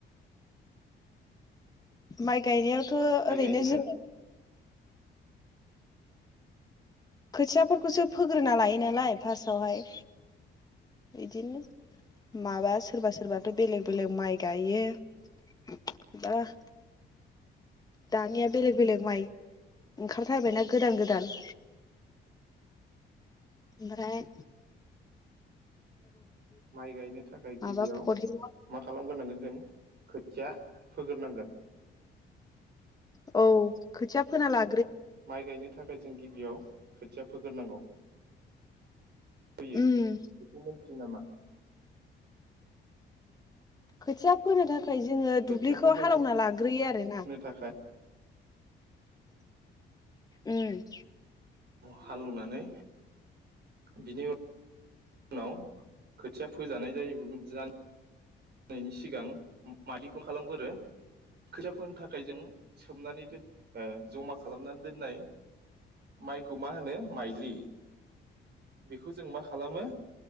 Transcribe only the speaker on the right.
माइ
गायनो थाखाय
माइ गायनो थाखाय गिबियाव
मा खालामग्रोनांगोन जों खोथिया फोग्रोनांगोन।
माइ गायनो थाखाय जों गिबियाव खोथिया फोगोरनांगौ। फैयो
बेखौ नामा
खोथियाखौ
जों
फोनो
थाखाय
हालौवनानै बिनि उन। उनाव खोथिया फोजानाय <unintelligible> नायनि सिगां माददिखौ खालामगोरो खोथिया फोनो थाखाय जों सोमनानै दोन ओ जमा खालामनानै दोननाय माइखौ मा होनो? माइज्लि। बेखौ जों मा खालामो?